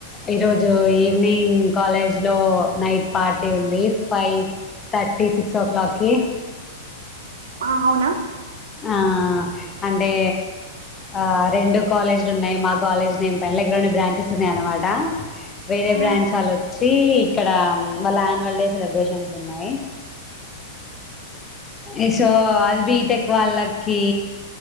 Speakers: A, on the left (about 20°); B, on the right (about 80°).
A: ఈరోజు ఈవినింగ్ కాలేజ్ లో నైట్ పార్టీ ఉంది ఫైవ్ థర్టీ సిక్స్ ఓ క్లాక్కి
B: ఆ అవునా
A: ఆ అంటే ఆ రెండు కాలేజీలు ఉన్నాయి మాకు కాలేజ్ నేమ్ పైన ఇక్కడ రెండు బ్రాంచెస్ ఉన్నాయ అనమాట వేరే
B: ఆ
A: బ్రాంచ్ వాళ్లు వచ్చి ఇక్కడ వాళ్ళ యాన్యువల్ డే సెలబ్రేషన్స్ ఉన్నాయి ఎసో అది బీటెక్ వాళ్ళకి